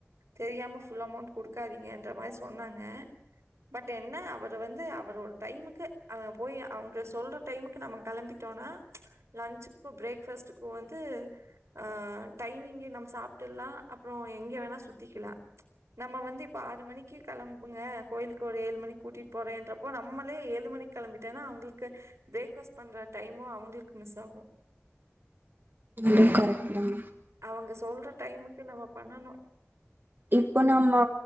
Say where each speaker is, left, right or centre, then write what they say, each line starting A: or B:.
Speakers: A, on the right; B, on the right.
A: தெரியாம ஃபுல் அமௌண்ட் குடுக்காதீங்கன்ற மாரி சொன்னாங்க பட் என்ன அவரு வந்து அவரோட டைமுக்கு அவ போய் அவங்க சொல்ற டைமுக்கு நம்ம கெளம்பிட்டோம்னா லன்சுக்கு பிரேக் ஃபாஸ்ட்டுக்கு வந்து ஆ டைமிங்க நம்ம சாப்டுடலா அப்பற எங்க வேணா சுத்திக்கலா நம்ம வந்து இப்ப ஆறு மணிக்கு கெளம்புங்க கோயிலுக்கு ஒரு ஏழு மணி கூட்டிட்டு போறேன்றப்போ நம்மளே ஏழு மணி கெளம்பிட்டேன்னா அவங்களுக்கு பிரேக் ஃபஸ்ட் பண்ற டைமு அவங்களுக்கு மிஸ் ஆகு
B: அதுவும் கரெக்ட் தான்
A: அவங்க சொல்ற டைமுக்கு நம்ம பண்ணனும்.
B: இப்போ நம்ம